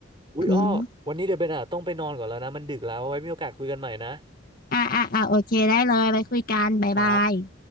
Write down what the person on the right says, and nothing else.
อุ๊ยอ้อวันนี้เดี๋ยวเบนอ่ะต้องไปนอนก่อนแล้วนะมันดึกแล้วไว้มีโอกาสคุยกันใหม่นะ
ครับ